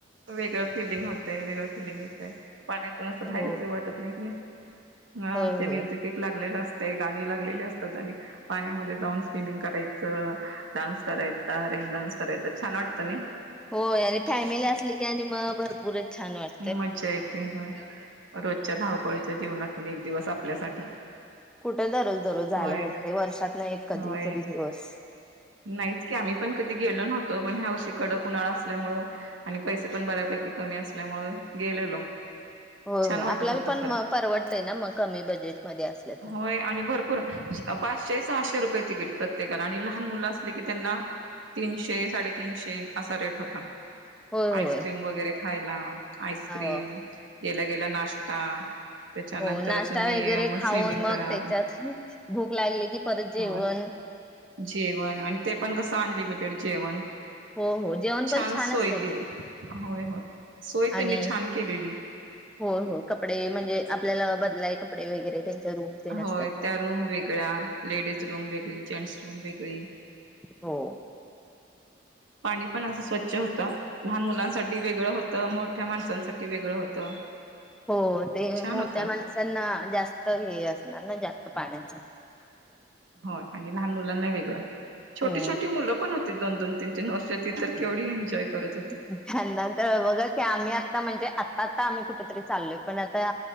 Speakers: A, on the right; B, in the centre.
A: वेगळं फिलिंग होतय, वेगळं फिलिंग येतंय, पाण्यात त्यातून अस बाहेरच
B: हो
A: येऊच वाटत नाही कणी, हा,
B: होय
A: ते
B: होय
A: म्युझिक एक लागलेल असतय, गाणी लागलेले असतात, आणि पाण्यामध्ये जाऊन स्विमिंग करायचं, डान्स करायचा, रेन डान्स करायचा, छान वाटतय नई
B: होय, आणि फॅमिली असली की आणि मग, भरपूरच छान वाटत
A: मज्जा येते, होय, रोजच्या धावपळीच्या जीवनातून एक दिवस आपल्यासाठी.
B: कुठं दरोज दरोज जायला
A: होय
B: भेटतय, वर्षातन एक कधीतरी
A: होय.
B: दिवस.
A: नाहीच की, आम्ही पण कधी गेलो नव्हतो पण ह्यावर्षी कडक उन्हाळा असल्यामुळे, आणि पैसे पण बऱ्यापैकी कमी असे आसल्यामुळे गेलेलो
B: होय
A: छान
B: होय,
A: वाटत
B: आपल्याला
A: होतं
B: पण
A: खरं.
B: म परवडतय ना मग, कमी बजेटमध्ये असल तर
A: होय आणि भरपूर पाचशे सहाशे रुपये तिकीट प्रत्येकाला, आणि लहान मुलं असले की त्यांना तीनशे साडेतीनशे असा रेट होता,
B: होय होय
A: आईस्क्रीम वगैरे खायला आईस्क्रीम,
B: हो
A: गेल्या गेल्या नाश्ता त्याच्यानंतर
B: हो, नाश्ता
A: तुम्ही
B: वगैरे
A: मग
B: खाऊन
A: स्विमिंग
B: मग
A: करा.
B: त्याच्यात भूक लागली की परत जेवण
A: हो जेवण, आणि ते पण कसं अनलिमिटेड जेवण
B: हो हो जेवण
A: छान
B: पण
A: सोय
B: असतय
A: केलेली,
B: ते
A: होय होय, सोय त्यांनी
B: आणि
A: छान केलेली
B: होय होय, कपडे म्हणजे आपल्याला बदलाय कपडे वगैरे, त्यांच्या रूम तेन
A: होय,
B: असतात
A: त्या
B: ना
A: रूम वेगळ्या, लेडीज रूम वेगळी, जेंट्स रूम वेगळी
B: हो
A: पाणी पण असं स्वच्छ होतं, लहान मुलांसाठी वेगळं होतं, मोठ्या माणसांसाठी वेगळं होतं.
B: हो, ते
A: छान
B: मोठ्या
A: होतं
B: माणसांना जास्त हे असणार ना, जास्त पाण्याच
A: हो, आणि लहान मुलांना वेगळं, छोटी
B: हम्म
A: छोटी मुलं पण हो दोन-दोन, तीन-तीन वर्षाची, ती तर केवढी एन्जॉय करत होती
B: त्यांना तर बघा की, आम्ही आता म्हणजे आता आता, आम्ही कुठं तरी चालोय, पण आता